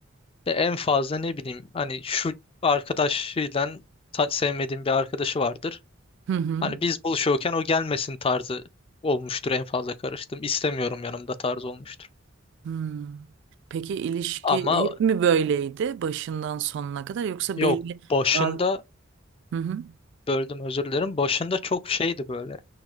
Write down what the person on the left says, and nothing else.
Ve en fazla ne bileyim hani şu arkadaşıyla ta- sevmediğim bir arkadaşı vardır.
Hani biz buluşuyorken o gelmesin tarzı olmuştur en fazla karıştım. İstemiyorum yanımda tarzı olmuştur.
Ama
yok
başında
böldüm özür dilerim. Başında çok şeydi böyle.